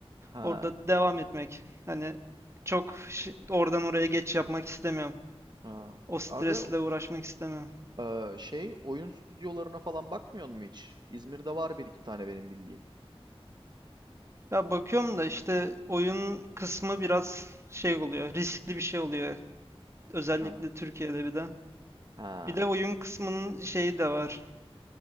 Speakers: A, on the right (about 45°); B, on the right (about 25°).
A: Ha.
B: Orada devam etmek. Hani çok şi- oradan oraya geç yapmak istemiyorum.
A: Ha.
B: O stresle
A: Aga
B: uğraşmak istemiyorum.
A: e, şey oyun stüdyolarına falan bakmıyor mu hiç? İzmir'de var bir iki tane benim bildiğim.
B: Ya bakıyorum da işte oyun kısmı biraz şey oluyor, riskli bir şey oluyor. Özellikle
A: Ha.
B: Türkiye'de bir de.
A: Ha
B: Bir de oyun kısmının şeyi de var.